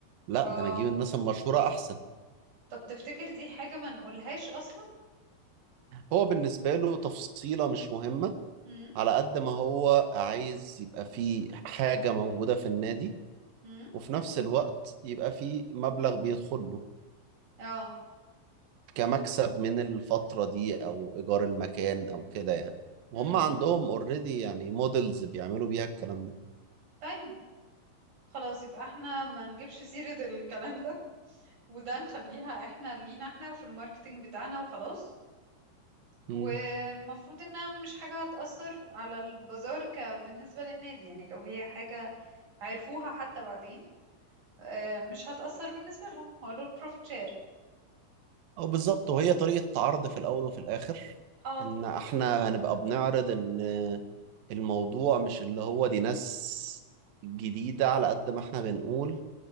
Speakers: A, on the right (about 55°); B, on the right (about 35°).
A: لا
B: اه
A: ده أنا أجيب الناس المشهورة أحسن
B: طب تفتكر دي حاجة ما نقولهاش اصلا
A: هو بالنسبة له تفصيلة مش مهمة
B: امم
A: على قد ما هو عايز يبقى فيه حاجة موجودة في النادي
B: امم
A: وفي نفس الوقت يبقى فيه مبلغ بيدخل له
B: اه
A: كمكسب من الفترة دي أو إيجار المكان أو كده يعني وهم
B: امم
A: عندهم اوريدي يعني موديلز بيعملوا بيها الكلام ده
B: طيب خلاص يبقى احنا ما نجيبش سيرة الكلام ده وده نخليها احنا لينا احنا وفي الماركتينج بتاعنا وخلاص
A: مم.
B: والمفروض انها مش حاجة هتأثر على البازار ك بالنسبة للنادي يعني لو هي حاجة عرفوها حتى بعدين آه، مش هتأثر بالنسبة لهم هو له البروفيت شير
A: أو بالظبط وهي طريقة عرض في الأول وفي الآخر
B: اه
A: إن إحنا هنبقى بنعرض إن الموضوع مش اللي هو دي ناس جديدة على قد ما إحنا بنقول